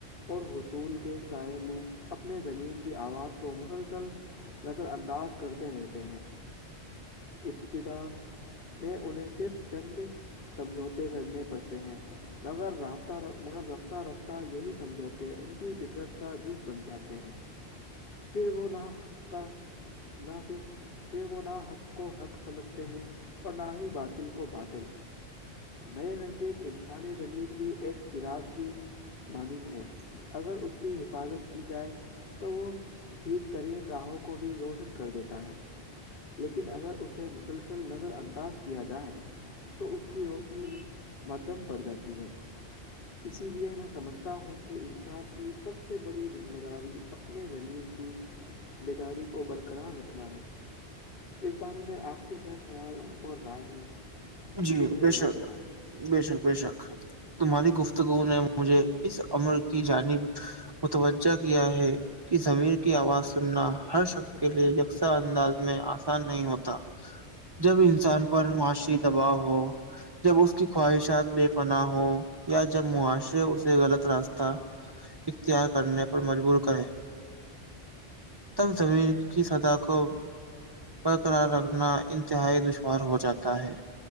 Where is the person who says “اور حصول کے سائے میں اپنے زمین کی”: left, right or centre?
Left